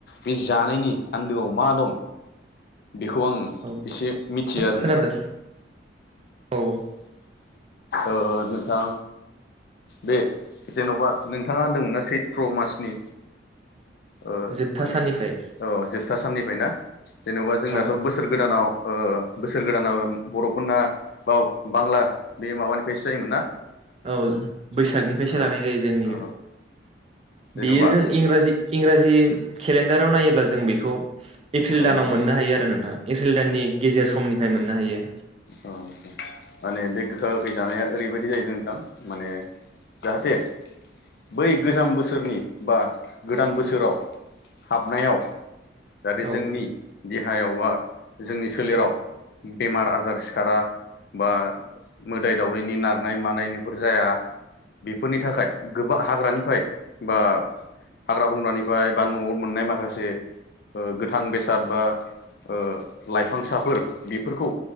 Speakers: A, on the left (about 55°); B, on the right (about 30°).
A: बे जानायनि आन्दोआव मा दं बेखौ आं
B: औ
A: एसे मिथियो आरो
B: खोनादों
A: नोंथां
B: औ
A: ओ नोंथां बे जेन'बा नोंथाङा होनदोंमोनना सैथ्र मासनि ओ
B: जोबथा
A: माने
B: साननिफ्राय
A: औ जोब जोबथा साननिफ्राय ना जेनेबा जोंनाथ'
B: औ
A: बोसोर गोदानाव ओ बोसोर गोदाना बर'फोरना बा-बांला बे माबानिफ्रायसो जायोमोन ना
B: औ बैसागनिफ्रायसो
A: औ
B: लानाय जायो जोंनि
A: औ
B: बे
A: जेन'बा
B: बेयो जों इंराजि इंराजि केलेन्डाराव नायोब्ला जों बेखौ एप्रिल
A: औ
B: दानाव
A: नोंथां
B: मोननो हायो आरो नोंथां एप्रिल दाननि गेजेर समनिफ्राय मोन मोननो हायो
A: ओ माने बे गोखा गोखै जानाया ओरैबायदि जाहैदों नोंथां माने जाहाथे बै गोजाम बोसोरनि बा गोदान बोसोराव हाबनायाव जाथे
B: औ
A: जोंनि देहायावबा जोंनि सोलेराव बेमार आ आसार सिखारा बा मोदाय दावरैनि नारनाय मानाय बेफोर जाया बेफोरनि थाखाय गोबां हाग्रानिफ्राय बा हाग्रा बंग्रानिफ्राय बा न'आव मोननाय माखासे ओ गोथां बेसाद बा ओ लाइफांसाफोर बेफोरखौ